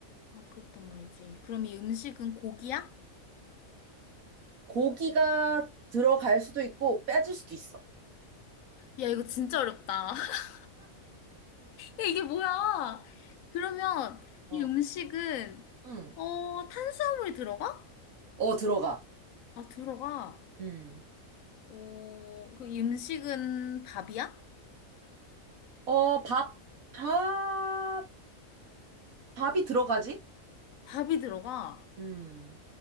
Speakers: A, on the left; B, on the right.
A: 아, 그렇단 말이지. 그럼 이 음식은 고기야?
B: 고기가 들어갈 수도 있고, 빼질 수도 있어.
A: 야, 이거 진짜 어렵다. <laughs> 야, 이게 뭐야? 그러면
B: 어.
A: 이 음식은,
B: 응.
A: 어, 탄수화물이 들어가?
B: 어, 들어가.
A: 아, 들어가.
B: 음.
A: 어, 그 이 음식은 밥이야?
B: 어, 밥, 밥, 밥이 들어가지?
A: 밥이 들어가.
B: 음.